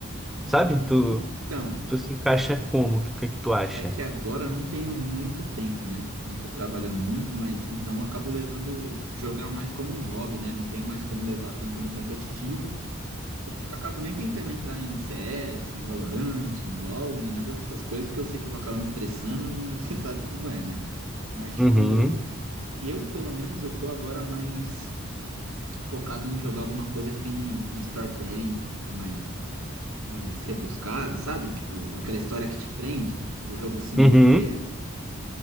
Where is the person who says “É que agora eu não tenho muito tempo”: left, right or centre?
Right